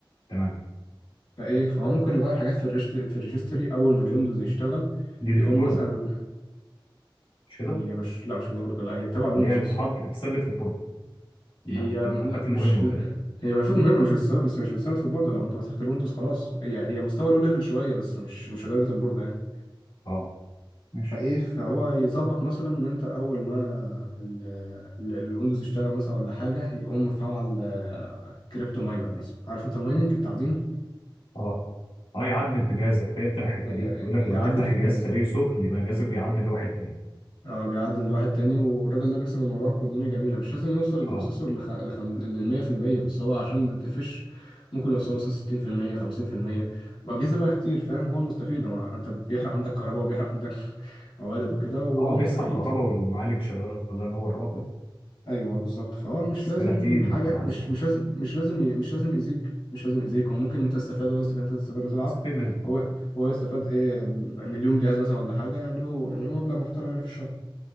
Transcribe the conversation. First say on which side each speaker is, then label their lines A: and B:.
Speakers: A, on the left (about 85°); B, on the left (about 60°).
A: تمام
B: فايه فهو ممكن يغير حاجات في الريجست... في الريجستري اول ما الويندوز يشتغل
A: دي اللي
B: يقوم
A: في البوردة
B: مثلا
A: مش كده
B: هي مش لا مش الورد لا هي تبع الويندوز
A: اللي هي
B: بس
A: تتحط تثبت في البوردة الم-
B: هي
A: في الملفات
B: لا مش
A: المهمه وكده
B: هي ملفات مهمه مش بتثبت بس مش بتثبت في البورده لو انت مسحت الويندوز خلاص هي هي مستوى لو ليفل شويه بس مش مش لدرجه البورده يعني
A: اه ماشي
B: فايه فهو يظبط مثلا ان انت اول ما ال- ال- الويندوز يشتغل مثلا ولا حاجه يقوم مفعل آه، كريبتو ماينر مثلا عارف انت المايننج التعدين
A: اه اه يعدل في جهازك فهمت انا الحته
B: هي-
A: دي بيقول لك لما
B: هيعدل
A: تفتح
B: في
A: الجهاز
B: جهاز
A: تلاقيه سخن يبقى جهازك بيعدل لواحد تاني
B: اه بيعدل لواحد تاني والراجل ده بيكسب من وراك والدنيا جميله مش لازم يوصل البروسيسور
A: اه
B: لخ... لخم... ل 100% بس هو عشان ما تتقفش ممكن يوصل مثلا 60% 50% واجهزه بقى كتير فاهم هو المستفيد هو انت بيحرق عندك كهرباء وبيحرق عندك <laughs> موارد وكده وهو
A: اه بيسحب
B: مستفيد
A: كهرباء والمعالج شغال الله ينور اه
B: ايوه بالظبط فهو مش
A: بس
B: لازم
A: لا دي ب-
B: حاجه
A: بلاحظها
B: مش مش لازم مش لازم ي- مش لازم يأذيك مش لازم يأذيك هو ممكن انت تستفاد هو يستفاد انت تستفاد وتلعب
A: استفيد منك اه
B: هو هو يستفاد ايه مليون جهاز مثلا ولا حاجه يعملوا يعملوا مبلغ محترم يعني في الشهر